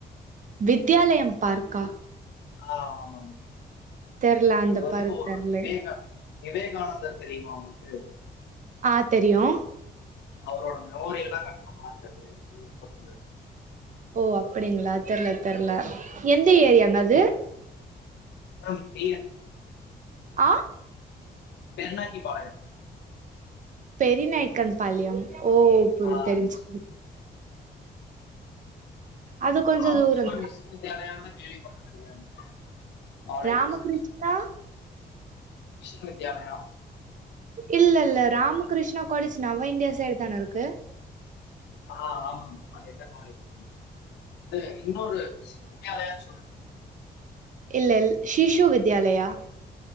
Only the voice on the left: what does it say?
ஆ ஆமா மேம்
அது வந்து
ஒ
விவேகான விவேகானந்தர் தெரியுமா உங்ளுக்கு
அவரோட மெமோரியலா கட்னப்ப வச்சது எங்க வீட்டு பக்கத்லருக்கு
அம் பி என்
பெருனாக்கி பாடகன்
ஆ
எஸ் மேம்.
ராமகிருஷ்ணா
மிஷன் வித்யாலயான்லா கேள்விப்பட்ட தில்லயா நீங்க colleges
school mission Vidyalaya
ஆ ஆமா அது எங்க காலேஜ் தா இது இன்னொரு <unintelligible> <unintelligible>